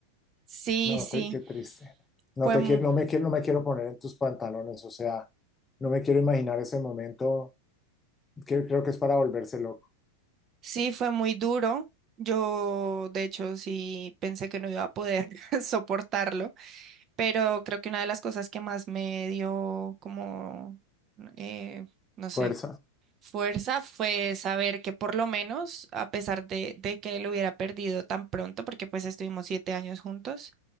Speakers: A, on the right; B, on the left.
A: Sí,
B: No,
A: sí,
B: qué, qué triste. No
A: fue,
B: te
A: mu-
B: quiero, no me quiero, no me quiero poner en tus pantalones, o sea, no me quiero imaginar ese momento, que creo que es para volverse loco.
A: sí, fue muy duro. Yo, de hecho, sí pensé que no iba a poder <laughs> soportarlo. Pero creo que una de las cosas que más me dio como, eh, no sé,
B: Fuerza.
A: fuerza fue saber que por lo menos, a pesar de, de que él hubiera perdido tan pronto, porque pues estuvimos siete años juntos,